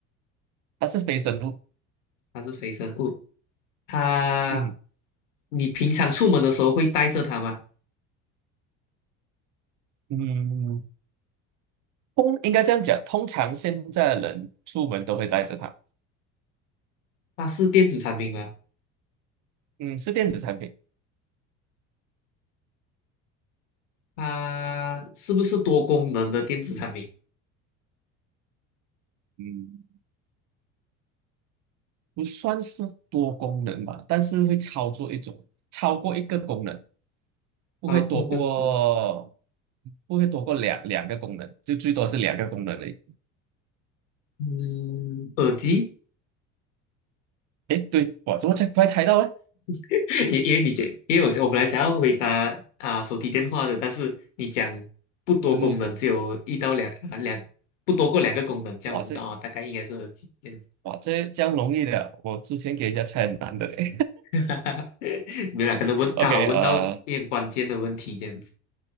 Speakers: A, on the right; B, on the left.
A: 它是非生物，
B: 它是非生物，它
A: 嗯
B: 你平常出门的时候会带着它吗？
A: 嗯，通应该这样讲，通常现在的人出门都会带着它。
B: 它是电子产品吗？
A: 嗯，是电子产品，
B: 它是不是多功能的电子产品？
A: 嗯，不算是多功能吧，但是会操作一种，超过一个功能，不会多过，
B: 花贵个功，
A: 不会多过两两个功能，就最多是两个功能而已。
B: 嗯，耳机，
A: 诶，对，我怎么才快猜到呢？
B: <laughs> 因因为你讲，因为我是我本来想要回答啊手提电话的，但是你讲不多功能，
A: 就是这，
B: 只有一到两啊两，不多过两个功能，这样我知道啊、
A: 哇这
B: 哦大概应该是耳机这样子，
A: 哇这这样容易的，我之前给人家猜很难的嘞。
B: <laughs> 哈哈没有啦可能问刚好问到一点关键的问题这样子，
A: <laughs> OK，呃，